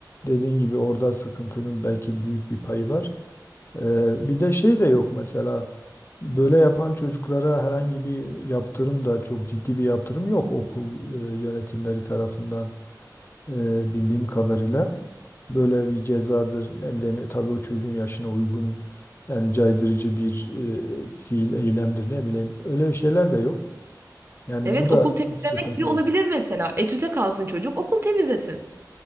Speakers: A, on the left (about 35°); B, on the right (about 35°).
A: Dediğin gibi orada sıkıntının belki büyük bir payı var. Eee, bir de şey de yok mesela. Böyle yapan çocuklara herhangi bir yaptırım da çok ciddi bir yaptırım yok okul e, yönetimleri tarafından. e, bildiğim kadarıyla böyle bir cezadır. Ne bileyim tabii o çocuğun yaşına uygun yani caydırıcı bir e, fiil, eylemdir ne bileyim. Öyle şeyler de yok. Yani
B: Evet
A: bu da
B: okul temizlemek
A: sıkıntı.
B: bile olabilir mesela. Etüte kalsın çocuk okul temizlesin.